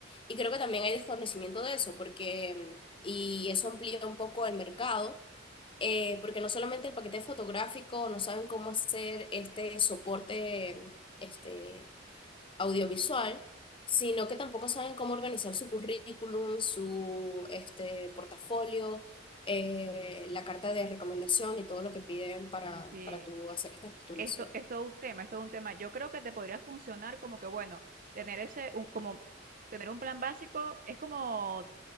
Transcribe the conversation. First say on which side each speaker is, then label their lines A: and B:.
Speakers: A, on the left; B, on the right.
A: Y creo que también hay desconocimiento de eso, porque, y eso amplía un poco el mercado eh, porque no solamente el paquete fotográfico, no saben cómo hacer este soporte este, audiovisual, sino que tampoco saben cómo organizar su currículum, su este, portafolio, eh, la carta de recomendación y todo lo que piden para,
B: Sí,
A: para tú hacer esta postulación.
B: Esto, esto es todo un tema, esto es todo un tema. Yo creo que te podría funcionar como que, bueno, tener ese, un- como tener un plan básico es como,